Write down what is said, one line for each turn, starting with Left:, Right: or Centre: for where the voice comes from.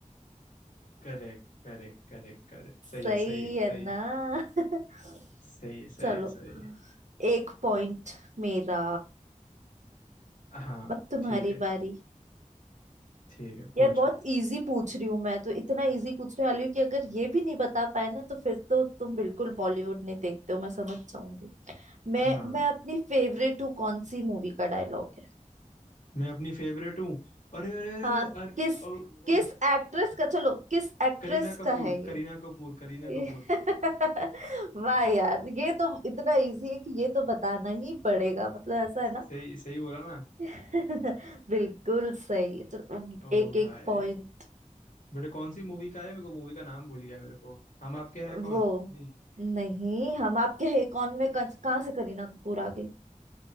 Left: करेक्ट करेक्ट करेक्ट करेक्ट सही
Right: सही
Left: है सही है सही
Right: है ना
Left: है
Right: <laughs>
Left: सही है सही
Right: चलो
Left: है सही है
Right: एक पॉइंट मेरा
Left: हाँ
Right: अब तुम्हारी
Left: ठीक है
Right: बारी
Left: ठीक है पूछो
Right: यार बहुत इजी पूछ रही हूँ मैं तो इतना इजी पूछने वाली हूँ कि अगर ये भी नहीं बता पाए ना तो फिर तो तुम बिल्कुल बॉलीवुड नहीं देखते हो मैं समझ जाऊंगी मैं
Left: हाँ
Right: मैं अपनी फेवरेट हूँ कौन सी मूवी का डायलॉग
Left: मैं अपनी फेवरेट हूँ अरे अरे अरे
Right: हाँ
Left: अरे अरे
Right: किस
Left: ओ,
Right: किस
Left: ओ,
Right: एक्ट्रेस का चलो किस एक्ट्रेस
Left: करीना कपूर
Right: का है
Left: करीना
Right: ये
Left: कपूर करीना
Right: ये-
Left: कपूर
Right: <laughs> वाह यार ये तो इतना इजी है कि ये तो बताना ही पड़ेगा मतलब ऐसा है
Left: सही
Right: ना
Left: सही बोला ना
Right: <laughs> बिल्कुल सही चलो
Left: ओ
Right: एक एक
Left: भाई
Right: पॉइंट
Left: बेटा कौन सी मूवी का है मेरे को मूवी का नाम भूल गया मेरे को हम आपके हैं कौन
Right: वो
Left: नहीं
Right: नहीं हम आपके है कौन में कं- कहाँ से करीना कपूर आ गई